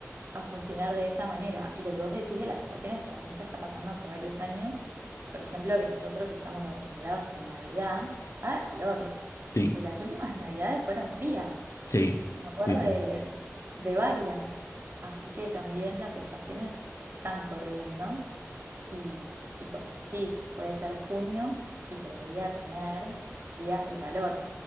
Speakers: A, on the right; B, on the left.
A: a funcionar de esa manera. Y lo que vos decís de las estaciones para mí ya está pasando hace varios años. Por ejemplo, que nosotros estamos acostumbrados que en Navidad haga calor.
B: Sí,
A: Y las últimas navidades fueron frías,
B: sí,
A: me acuerdo
B: sí, sí.
A: de, de varias. Así que también las estaciones se están corriendo y, y como decís, puede ser junio y todavía tener días de calor.